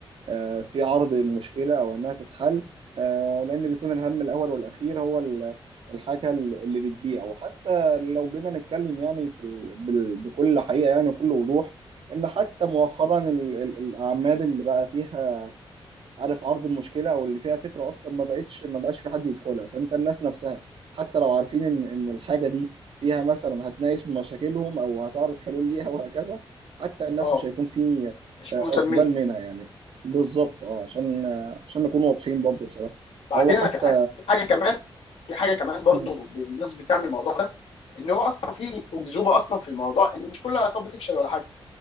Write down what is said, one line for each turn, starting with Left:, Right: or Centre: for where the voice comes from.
Right: آه، في عرض المشكلة أو إنها تتحل آه، لأن بيكون الهم الأول والأخير هو ال- الحاجة اللي بتبيع وحتى لو جينا نتكلم يعني في ال- بال- بكل حقيقة يعني وكل وضوح إن حتى مؤخرا ال- ال- الأعمال اللي بقى فيها عارف عرض المشكلة أو اللي فيها فكرة أصلا ما بقتش ما بقاش في حد يدخلها فأنت الناس نفسها حتى لو عارفين إن إن الحاجة دي فيها مثلا هتناقش مشاكلهم أو هتعرض حلول ليها وهكذا حتى الناس
Left: اه
Right: مش هيكون في
Left: مش
Right: آه،
Left: مهتمين
Right: إقبال منها يعني بالظبط أه عشان آه، عشان نكون واضحين برضو بصراحة
Left: بعدين
Right: فهو حتى
Left: انا في ح- في حاجه كمان في حاجه كمان برضو
Right: مم.
Left: بمناسبه يعني الموضوع ده ان هو اصلا في اكذوبه اصلا في الموضوع ان مش كل العلاقات بتفشل ولا حاجه